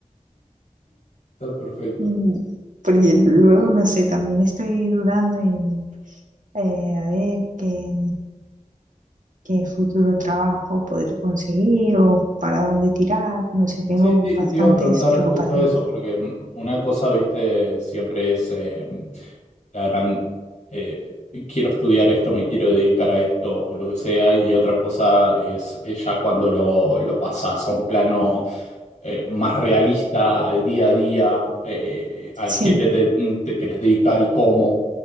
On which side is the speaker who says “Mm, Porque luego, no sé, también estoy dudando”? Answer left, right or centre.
Right